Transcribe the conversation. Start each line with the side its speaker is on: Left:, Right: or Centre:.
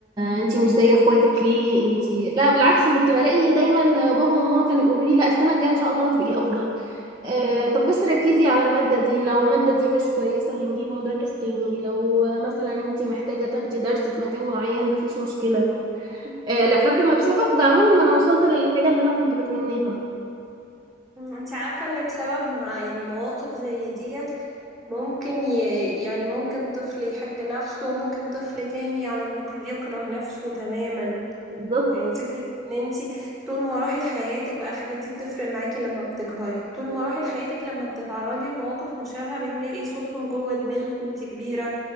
Right: آه، أنتي مش زي اخواتك ليه أنتي لا بالعكس كنت بلاقي دايما آه، بابا وماما كانوا يقولوا لي لا السنة الجاية إن شاء الله هتبقي أفضل آه، طب بس ركزي على المادة دي لو المادة دي مش كويسة هنجيب مدرس تاني لو آه، مثلا أنتي محتاجة تاخدي درس في مكان معين مفيش مشكلة آه، لحد ما بسبب دعمهم أنا وصلت للحاجة اللي أنا كنت بتمناها
Centre: مم. انت عارفة ان بسبب ما يعني مواقف زي ديت ممكن ي... يعني ممكن طفل يحب نفسه وممكن طفل تاني على النقيض يكره نفسه تماما
Right: بالظبط
Centre: يعني فكرة ان انتي طول مراحل حياتك بقى الحاجات دي بتفرق معاكي لما بتكبري طول مراحل حياتك لما بتتعرضي لمواقف مشابهة بتلاقي صوتهم جوه دماغك وانتي كبيرة